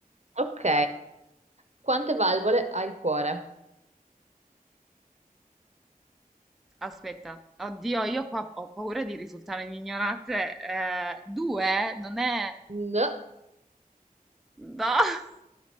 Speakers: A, on the right; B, in the centre.
A: Ok, quante valvole ha il cuore?
B: Aspetta, oddio, io qua ho paura di risultare ignorante. Eh, due? Non è...
A: No,
B: No! <laughs>